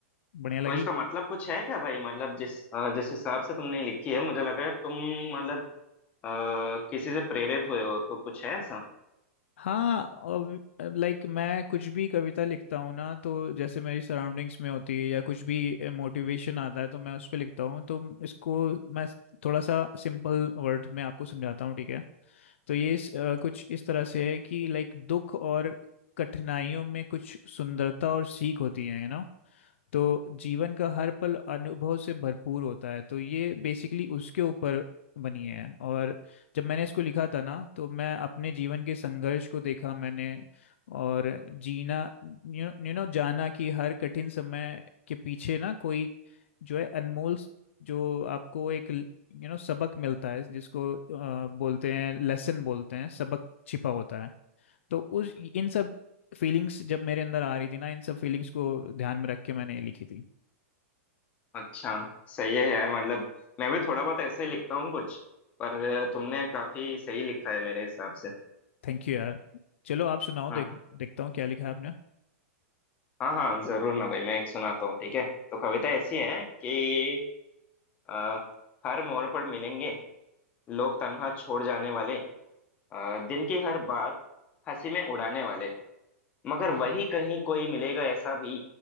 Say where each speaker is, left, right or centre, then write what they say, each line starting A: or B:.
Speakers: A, on the left; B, on the left.
A: बढ़िया लगी
B: तो इसका मतलब कुछ है क्या भाई मतलब जिस अ, जिस हिसाब से तुमने लिखी है मुझे लग रहा है तुम मतलब अ, किसी से प्रेरित हुए हो तो कुछ है ऐसा
A: हाँ लाइक मैं कुछ भी कविता लिखता हूँ ना तो जैसे मेरी सराउंडिंग्स में होती है या कुछ भी मोटिवेशन आता है तो मैं उस पर लिखता हूँ तो इसको मैं थोड़ा सा सिंपल वर्ड में आपको समझाता हूँ ठीक है तो ये इस, अ, कुछ इस तरह से है कि लाइक दुख और कठिनाइयों में कुछ सुंदरता और सीख होती है यू नो तो जीवन का हर पल अनुभव से भरपूर होता है तो ये बेसिकली उसके ऊपर बनी है और जब मैंने इसको लिखा था ना तो मैं अपने जीवन के संघर्ष को देखा मैंने और जीना यू नो you know, जाना कि हर कठिन समय के पीछे ना कोई जो है अनमोल स- जो आपको एक यू नो सबक मिलता है जिसको अ, बोलते हैं लेसन बोलते हैं सबक छिपा होता है तो उस इन सब फीलिंग्स जब मेरे अंदर आ रही थी ना इन सब फीलिंग्स को ध्यान में रख के मैंने ये लिखी थी
B: अच्छा सही है यार मतलब मैं भी थोड़ा बहुत ऐसे ही लिखता हूँ कुछ पर अ, तुमने काफी सही लिखा है मेरे हिसाब से
A: थैंक यू यार चलो आप सुनाओ
B: हाँ
A: देख देखता हूँ क्या लिखा है आपने
B: हाँ हाँ जरूर ना भाई मैं एक सुनाता हूँ ठीक है तो कविता ऐसी है कि अ, हर मोड़ पर मिलेंगे लोग तन्हा छोड़ जाने वाले अ, दिन की हर बात हंसी में उड़ाने वाले मगर वही कहीं कोई मिलेगा ऐसा भी